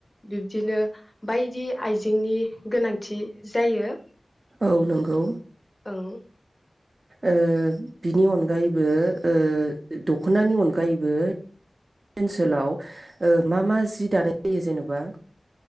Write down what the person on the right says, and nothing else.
औ नंगौ।
ओ बिनि अनगायैबो ओ दख'नानि अनगायैबो ओनसोलाव ओ मा मा जि दानाय जायो जेन'बा